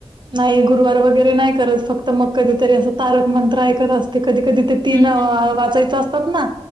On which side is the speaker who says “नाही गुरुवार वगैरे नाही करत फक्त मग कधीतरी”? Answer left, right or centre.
Right